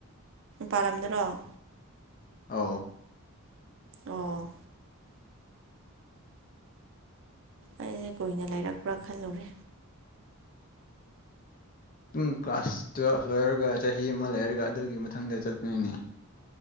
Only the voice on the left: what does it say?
ꯑ
ꯝ ꯀ꯭ꯂꯥꯁ ꯇꯨꯋꯦꯜꯐ ꯂꯣꯏꯔꯒ ꯆꯍꯤ ꯑꯃ ꯂꯩꯔꯒ ꯑꯗꯨꯒꯤ ꯃꯊꯪꯗ ꯆꯠꯄꯅꯤꯅꯦ